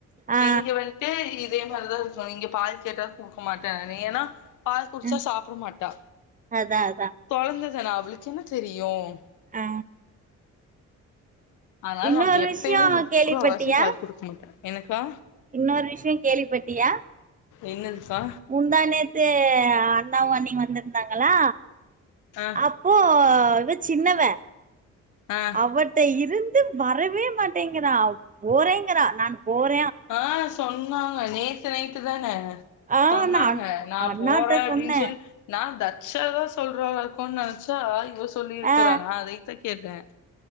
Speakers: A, on the left; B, on the right.
A: ப்ப
B: ஆ
A: இங்க வ து இதே மாரிதான் இருக்கும் நீங்க பால் கேட்டாவே குடுக்க மாட்டேன் ஏன்னா பால் குடிச்சா
B: ம்
A: சாப்ட மாட்டா
B: அதா அதா
A: கொழந்ததானே அவளுக்கு என்ன தெரியும்
B: ஆ.
A: அதனால
B: இன்னொரு
A: நம்ம எப்பயுமே
B: விஷயோ
A: முக்காவாசி
B: கேள்விப்பட்டியா
A: பால் குடுக்க மாட்ட எனக்கா
B: இன்னொரு விஷயம் கேள்விப்பட்டியா
A: என்னதுப்பா
B: முந்தா நேத்து அண்ணாவு அன்னியும் வந்துருந்தாங்களா
A: ஆ
B: அப் ஓ இவ ஜின்னவ
A: ஆ
B: அவட்ட இருந்து வரவே மாட்டேங்கறா போறேங்கறா நான் போற
A: ஆ சொன்னாங்க நேத்து நைட்டு தான
B: ஆ
A: சொன்னாங்க
B: நா
A: நா
B: அண்ணாட்ட
A: போற அப்டின்
B: சொன்னே
A: சொல் நா தட்ச் செய்லா சொல்றாங்க இருக்கும் நெனைச்சா இவ சொல்யிருக்கறாங்க
B: ஆ
A: அதை த கேட்டன்